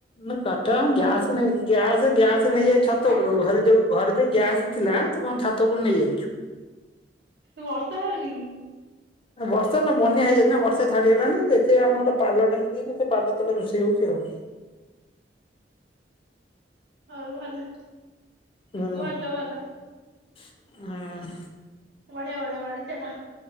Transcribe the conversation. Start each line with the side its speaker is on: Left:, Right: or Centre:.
Left: ନା କାଠ, ଗ୍ୟାସ ନେଇକି ଗ୍ୟାସ ଗ୍ୟାସ୍ ନେଇଯାଇଛି ଛାତ
Right: ଆଁ
Left: ଉପରୁକୁ, ଘରେ ଯୋଉ ଘରେ ଯୋଉ ଗ୍ୟାସ ଥିଲା ତ କଣ ଛାତ କୁ ନେଇଯାଇଛୁ।
Right: ବର୍ଷା ହୋଉନି କି?
Left: ବର୍ଷା ନା ବନ୍ୟା ହେଇଯାଇଚି ନା ବର୍ଷା ଛାଡିଗଲାଣି ଯେ ସେ ଆମର ଗୋଟେ ପାଲ ଟାଙ୍ଗି ଦେଇଚୁ ସେ ପାଲ ତଳେ ରୋଷେଇ ହୋଉଚି ଆଉ।
Right: ହଉ ଭଲ,
Left: ହୁଁ
Right: ଭଲ <unintelligible> ଭଲ।
Left: ହୁଁ।
Right: ବଢ଼ିଆ ବଢ଼ିଆ ମାଡିଚାଲ।